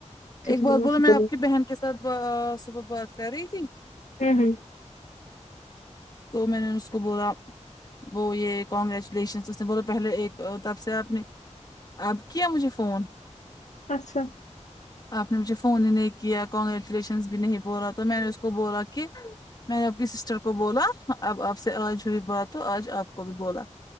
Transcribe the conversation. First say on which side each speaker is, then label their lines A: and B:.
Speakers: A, on the left; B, on the left.
A: ٹھیک
B: ایک
A: ہے
B: بار بولو
A: سکول
B: میں آپ
A: ہوں
B: کی بہن کے ساتھ صبح بات کر رہی تھی
A: ہم ہم
B: تو میں نے اس کو بولا وہ یہ کانگریچولیشن اس نے بولو پہلے ایک طرف سے آپ نے اب کیا مجھے فون
A: اچھا
B: آپ نے مجھے فون ہی نے کیا کیا کنگریچولیشن بھی نہیں بولا تو میں نے اس کو بولا کہ میں نے اپ کی سسٹر کو بولا اں اب آپ سے آج ہوئی بات ہو آج آپ کو بھی بولا